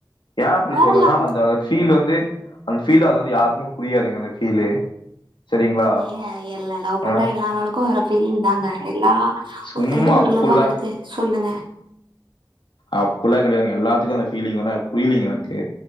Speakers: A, on the left (about 80°); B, on the right (about 85°).
A: ஏ அப்டி
B: வரலாம்
A: சொல்றன்னா அந்த அந்த ஃபீல் வந் து அந்த ஃபீல் அது வந்து யார்க்குமே புரியாதுங்க அந்த ஃபீலு சரிங்களா
B: ஏங்க எல்லா லவ் பண்ற
A: ஆ
B: எல்லா ஆளுக்கு வர ஃபீலிங்தாங்க எல்லா
A: சும்மா
B: ஒருத்தங்களு ஒரு
A: அப்புட்லா
B: லவ்வா வருது சொல்லு ங்க
A: அப்புட்லா கெடையாதுங்க எல்லாத்துக்கு அந்த ஃபீலிங் வர புரியலீங் எனக்கு